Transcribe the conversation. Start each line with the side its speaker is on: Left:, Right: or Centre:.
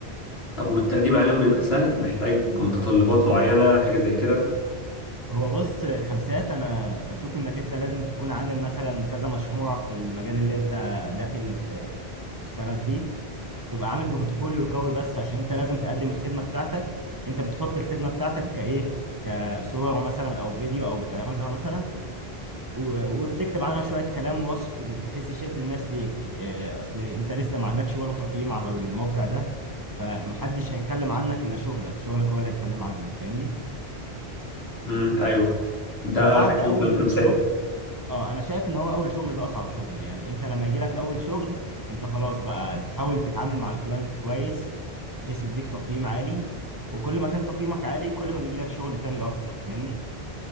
Left: طب والتقديم عليهم بيبقى سهل محتاج متطلبات معينة حاجة زي كده
Right: هو بص خمسات انا بشوف انك انت لازم تكون عامل مثلا كذا مشروع في المجال اللي انت داخل ت- تشتغل فيه تبقى عامل بورتفوليو قوي بس عشان انت لازم تقدم الخدمة بتاعتك انت بتحط الخدمة بتاعتك كايه كصور مثلا او فيديو او بتعرضها مثلا و- وبتكتب عنها شوية كلام ووصف بحيث يشد الناس ليك إيه، اصل انت لسه ما عندكش ولا تقييم على الموقع ده فمحدش هيتكلم عنك الا شغلك شغلك هو اللي هيتكلم عنك فاهمني
Left: امم ايوه ده
Right: وبعد
Left: بالنسبة
Right: اول
Left: للخمسات
Right: شغل اه انا شايف ان هو اول شغل ده اصعب شغل يعني انت لما يجي لك اول شغل انت خلاص بقى تحاول تتعامل مع الكلاينت كويس بحيث يديك تقييم عالي وكل ما كان تقييمك عالي كل ما بيجي لك شغل تاني اكتر فاهمني